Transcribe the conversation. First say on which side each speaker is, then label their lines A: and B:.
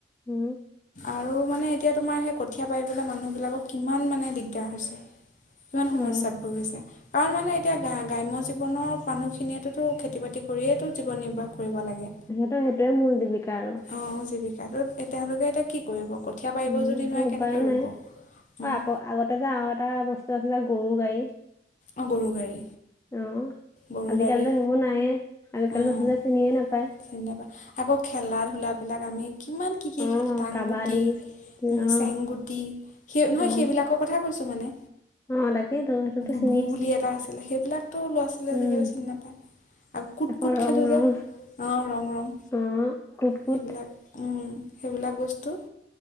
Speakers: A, on the left; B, on the left.
A: উম
B: আৰু মানে এতিয়া তোমাৰ সেই কঠীয়া পাৰিবলৈ মানুহবিলাক কিমান মানে দিগদাৰ হৈছে! কিমান সমস্যাত
A: অ
B: ভুগিছে। কাৰণ মানে এতিয়া গা-গ্ৰাম্য জীৱনৰ মানুহখিনিয়ে টোতো খেতি-বাতি কৰিয়েইটো জীৱন নিৰ্বাহ কৰিব লাগে।
A: ত' সেইটোয়ে মোৰ জীৱিকা আৰু।
B: অ', জীৱিকা ত' তেওঁলোকে এতিয়া কি কৰিব? কঠীয়া পাৰিব
A: উম
B: যদি
A: সিহঁতৰ
B: নোৱাৰে
A: উপায়ো
B: কেনেকৈ ৰুব?
A: নাই অ
B: উম।
A: আকৌ আগতে যে আৰু এটা বস্তু আছিলে যে গৰু গাড়ী!
B: অ', গৰু গাড়ী।
A: অ',
B: গৰু
A: আজিকালিতো
B: গাড়ী
A: সেইবোৰ নায়ে, আজিকালি
B: উম
A: লছালীয়ে চিনিয়ে নাপায়!
B: চিনি নাপায়, আকৌ খেলা ধূলাবিলাক আমি কিমান কি, কি
A: অ
B: খেলো। টাংগুটি,
A: কাবাডী অ
B: চেংগুটি সেই নহয়,
A: অ
B: সেইবিলাকক কথা কৈছোঁ মানে।
A: অ', তাকেটো সেই
B: বু বুলি এটা আছিলে সেইবিলাকতো ল'ৰা ছোৱালীয়ে
A: উম
B: আজিকালি চিনি নাপায়। আৰু কোট,
A: আকৌ
B: কোট
A: ৰং
B: খেলো
A: ৰং
B: যে, অ', ৰং, ৰং
A: অ কুট কুট
B: সেইবিলাক। উম, সেইবিলাক বস্তু।